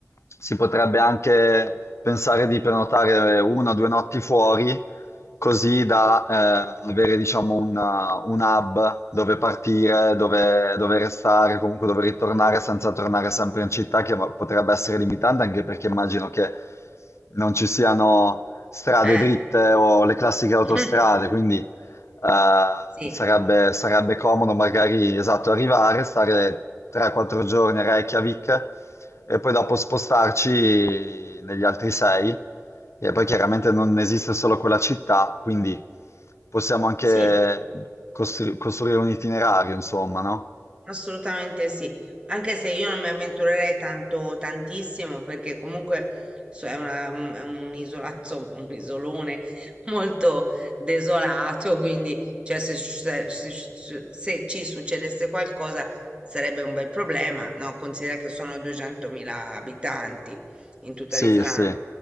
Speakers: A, on the left; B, on the right.
A: si potrebbe anche pensare di prenotare una o due notti fuori così da eh, avere, diciamo, una- un hub dove partire, dove, dove restare, comunque dove ritornare senza tornare sempre in città, che potrebbe essere limitante anche perché immagino che non ci siano strade
B: Eh,
A: dritte o le classiche autostrade,
B: <laughs>
A: quindi eh,
B: sì,
A: sarebbe, sarebbe comodo magari, esatto, arrivare, stare 3-4 giorni a Reykjavik e poi dopo spostarci negli altri 6 e poi chiaramente non esiste solo quella città, quindi possiamo anche
B: sì,
A: costru- costruire un itinerario, insomma, no?
B: assolutamente sì. Anche se io non mi avventurerei tanto, tantissimo, perché comunque so- è una- è un isola, <laughs> insomma, un isolone molto desolato, quindi cioè, se, succe- se- se- se ci succedesse qualcosa sarebbe un bel problema, no? Considera che sono 200.000 abitanti in tutta
A: Sì,
B: l'Islanda,
A: sì,